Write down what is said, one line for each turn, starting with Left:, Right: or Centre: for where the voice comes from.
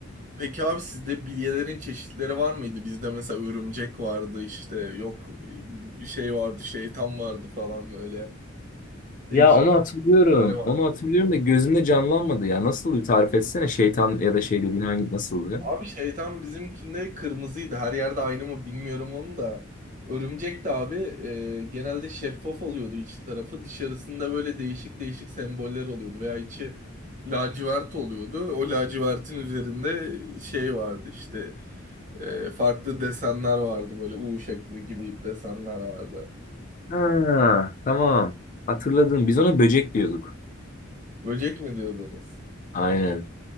Right: Peki abi sizde bilyelerin çeşitleri var mıydı? Bizde mesela örümcek vardı işte yok bir şey vardı şeytan vardı falan böyle değişik
Left: Ya onu
Right: değişik
Left: hatırlıyorum.
Right: isimleri vardı.
Left: Onu hatırlıyorum
Right: Hı.
Left: da gözümde canlanmadı ya. Nasıl bir tarif etsene şeytan ya da şey dediğin hangi nasıldı?
Right: Abi şeytan bizimkinde kırmızıydı. Her yerde aynı mı bilmiyorum onu da. Örümcek de abi e, genelde şeffaf oluyordu iç tarafı. Dışarısında böyle değişik değişik semboller oluyordu veya içi lacivert oluyordu. O lacivertin üzerinde şey vardı işte E, farklı desenler vardı böyle U şekli gibi desenler vardı.
Left: Ha, tamam. Hatırladım. Biz ona böcek diyorduk.
Right: Böcek mi diyordunuz?
Left: Aynen.